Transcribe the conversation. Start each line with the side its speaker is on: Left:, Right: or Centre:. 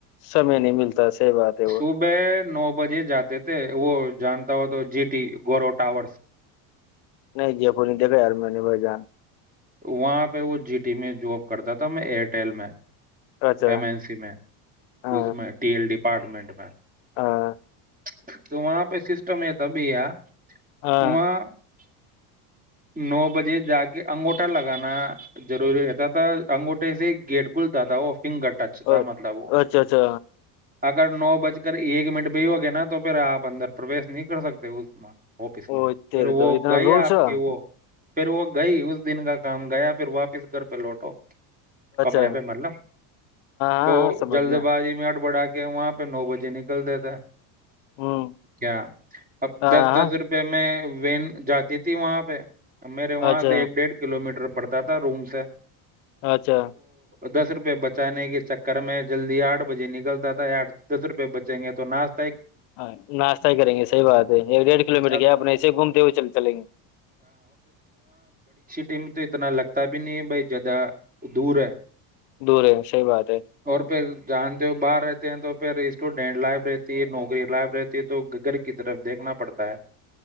Left: سمے نہیں ملتا صحیح بات ہے وہ
Right: صبح
Left: <unintelligible>
Right: نو بجے جاتے تھے وہ جانتا ہو تو جی ٹی گورو ٹاورس <unintelligible>
Left: نہیں ج ف دیکے اور میں نہیں بائی جان <unintelligible>
Right: وہاںاں <unintelligible> وہ جی ٹی میں جاب کرتا تھا <unintelligible> میں ایئرٹیل میں
Left: اچھا
Right: ایم این سی میں
Left: ہاں
Right: اس میں ٹی ایل ڈی پ <unintelligible> اپارٹمنٹ میں
Left: ہاں
Right: <unintelligible> تو وہاں پہ سسٹم ہے <unintelligible> سبیا <unintelligible>
Left: ہاں
Right: وہ <unintelligible> نو بجے جا کے انگوٹا لگانا <unintelligible> ضروری رہتا تھا انگوٹے سے گیٹ کھلتا تھا وہ <unintelligible> فنگر ٹچ تھا
Left: اچھا
Right: مطلب وہ
Left: اچھا
Right: اگر نو بچے <unintelligible> کر ایک منٹ پہ ہی ہوگیا نا تو پھر آپ اندر پروش نہیں کر سکتے اس میں <unintelligible> آفس
Left: او
Right: میں
Left: تیرے
Right: پھر وہ
Left: تو اتنا
Right: گئی
Left: رولس
Right: آپ
Left: اچھا
Right: کی وہ <unintelligible> پھر وہ گئی اس دن کا کام گیا پھر واپس <unintelligible> کدھر پہ لوٹو <unintelligible> کمرے
Left: ہاں
Right: پہ مطلب
Left: ہاں
Right: تو
Left: ہاں سمجھ
Right: جلد
Left: گیا
Right: بازی میں ہٹ بٹا کے وہاں پہ نو بجے نکلتے تھے <unintelligible>
Left: ہوں
Right: کیا اب
Left: ہاں
Right: دس
Left: ہاں
Right: دس روپے میں <unintelligible> وین جاتی تھی وہاں پہ <unintelligible> میرے وہاں
Left: اچھا
Right: سے ایک ڈیڑھ کلو میٹر پڑتا <unintelligible> رومس ہے <unintelligible>
Left: اچھا <unintelligible>
Right: دس روپئے بچانے کے چکر میں جلدی آٹھ بجے نکلتا تھا آٹ دس روپئے بچیں گے تو ناشت <unintelligible>
Left: ہاں ناشتہ ہی کریں گے صحی بات ہے ڈیڑھ کلو میٹر
Right: اب
Left: کیا اپنے ایسے گھومتے ہوئےل چلیں گے <unintelligible>
Right: ٹیم تو اتنا لگتا ہے <unintelligible> پتا بھی نہیں ب جیادہ دور ہے <unintelligible>
Left: دور ہے صحیح بات ہے
Right: اور پھر جانتے ہو باہر رہتے ہیں تو پھر اسٹوڈینٹ لائف <unintelligible> رہتی ہے نوکری لائب رہتی ہے تو گھر کی طرف دیکھنا پڑتا ہے <unintelligible>